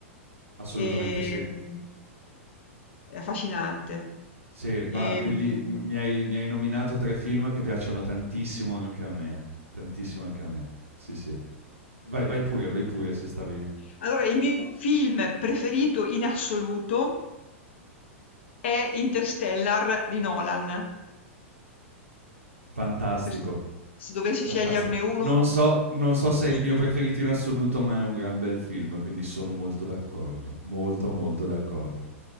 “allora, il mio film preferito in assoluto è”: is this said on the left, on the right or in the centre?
Left